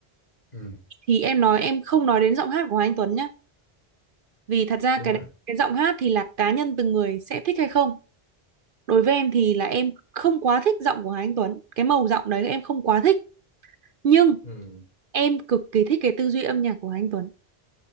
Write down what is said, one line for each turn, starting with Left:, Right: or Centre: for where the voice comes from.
Left: ừ
Right: thì em nói em không nói đến giọng hát của Hoàng Anh Tuấn nhá, vì thật ra
Left: đúng
Right: cái
Left: rồi
Right: cái giọng hát thì là cá nhân từng người sẽ thích hay không đối với em thì là em không quá thích giọng của Hà Anh Tuấn cái màu giọng đấy em không quá thích nhưng
Left: ừ
Right: em cực kỳ thích cái tư duy âm nhạc của Hà Anh Tuấn